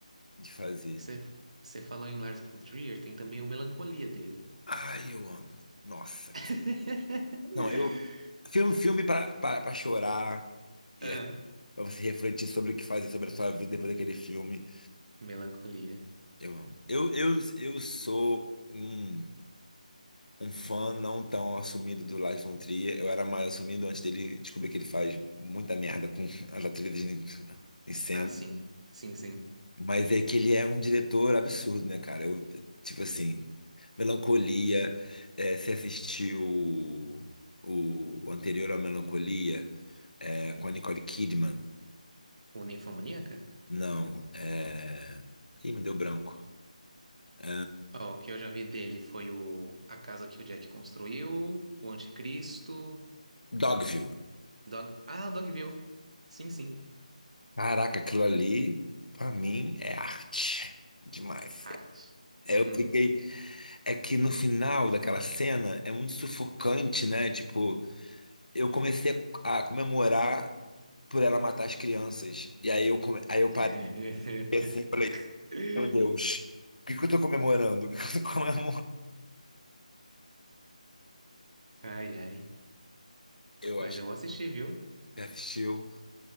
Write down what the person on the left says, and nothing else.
De fazer.
Ai, eu amo. Nossa,
que. Não, eu. Filme, filme pra, pra, pra chorar. E
é pra você refletir sobre o que fazer sobre a sua vida depois daquele filme.
Eu amo. Eu, eu, eu sou um. um fã não tão assumido do Lars von Trier. Eu era mais assumido antes dele descobrir que ele faz muita merda com <laughs> as atrizes em em cena.
Mas é que ele é um diretor absurdo, né, cara? Eu, tipo assim, Melancolia, é, você assistiu o, o anterior ao Melancolia, é, com a Nicole Kidman?
Não, é... Ih, me deu branco. É,
Dogville.
Caraca, aquilo ali, pra mim, é arte. Demais.
É,
Eu fiquei. É que no final daquela cena é muito sufocante, né? Tipo, eu comecei a comemorar por ela matar as crianças. E aí eu, come- aí eu
parei assim e falei: Meu Deus, o que que eu tô comemorando? <laughs> O que que eu tô comemorando?
Eu
acho
que
você assistiu.